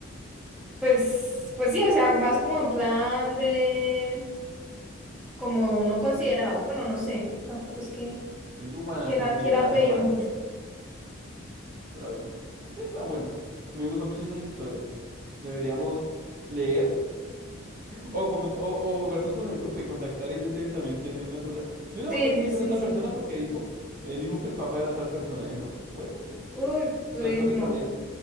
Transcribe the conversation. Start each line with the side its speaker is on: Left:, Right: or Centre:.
Centre: pues, pues sí, o sea, más como en plan de, como no considerado, bueno, no sé, tampoco es que
Right: Entonces, yo, bueno,
Centre: quiera,
Right: considérate,
Centre: quiera pedir
Right: man.
Centre: mucho.
Right: Pero bueno, está bueno. A mí me gustan mucho esas historias. Deberíamos leer o, comen- o, o vernos con el grupo y contactar. Ellos deben también tener una cosa. Yo no
Centre: Sí,
Right: volví a salir
Centre: sí, sí,
Right: con esta
Centre: sí.
Right: persona porque dijo, eh, dijo que el papá era tal persona. Y uno, bueno, pues
Centre: Uy, durísimo.
Right: razones válidas.